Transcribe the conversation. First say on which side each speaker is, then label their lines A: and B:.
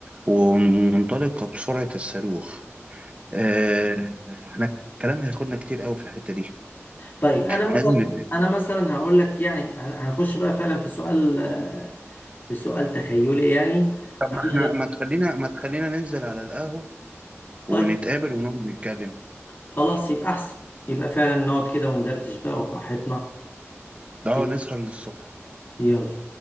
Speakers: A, on the right (about 25°); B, on the left (about 45°).
A: ومنطلقة بسرعة الصاروخ آه احنا الكلام هياخدنا كتير قوي في الحتة دي
B: طيب انا
A: احنا
B: مثلا
A: لازم نتقابل
B: انا مثلا هقول لك يعني هن- هنخش بقى فعلا في سؤال في سؤال تخيلي يعني
A: طب
B: أنا
A: ما احنا
B: لا-
A: ما تخلينا ما تخلينا ننزل على القهوة
B: طيب
A: ونتقابل ونقعد نتكلم
B: خلاص يبقى احسن يبقى فعلا نقعد كده وندردش بقى وبراحتنا
A: ده
B: يبقى
A: نسهر للصبح
B: يلا